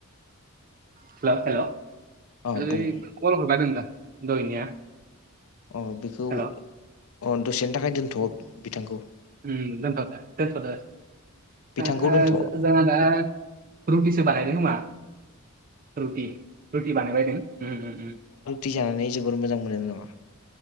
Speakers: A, on the right (about 40°); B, on the left (about 75°).
A: हेल हेल' ओय
B: अ बुं
A: कल हरबायमोन दां दहायनिया
B: अ बेखै
A: हेल'
B: अ दसेनि थाखाय दोनथ' बिथांखौ
A: उम दोनथदो दोनथदो
B: बिथांखौ
A: <unintelligible>
B: दोनथ'
A: जोंहादा रुटिसो बानायायदो खोमा रुटि रुटि बानायबायदों उम उम उम
B: थि जानानै जोबोर मोजां मोनो नामा